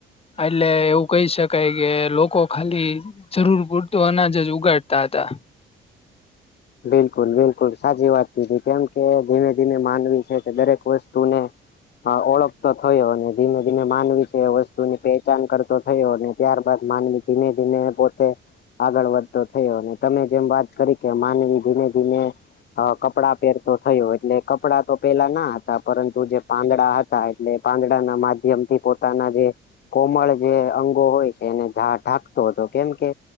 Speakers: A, on the left; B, on the left.
A: એટલે એવું કહી શકાય કે લોકો ખાલી જરૂર પૂરતો અનાજ જ ઉગાડતા હતા
B: બિલકુલ બિલકુલ સાચી વાત તીધ કેમ કે ધીમે ધીમે માનવી છે કે દરેક વસ્તુને હા ઓળખ તો થયો અને ધીમે ધીમે માનવી છે એ વસ્તુ ની પહેચાન કર થયો ને ત્યારબાદ માનવી ધીમે ધીમે પોતે આગળ વધતો થયો ને તમે જેમ વાત કરી કે માનવી ધીમે ધીમે કપડા પહેરતો થયો એટલે કપડા તો પેલા ના હતા પરંતુ જે પાંદડા હતા એટલે પાંદડા ના માધ્યમ થી પોતાના જે કોમળ જે અંગો હોય છે એને ઢાંકતો હતો કેમ કે